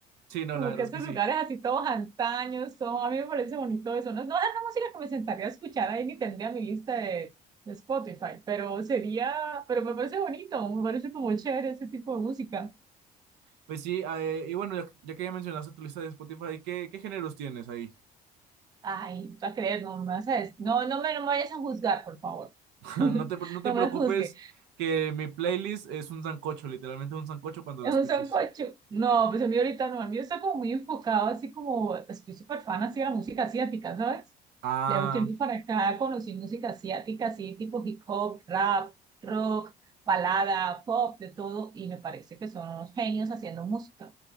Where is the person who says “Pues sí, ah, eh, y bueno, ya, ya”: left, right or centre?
Right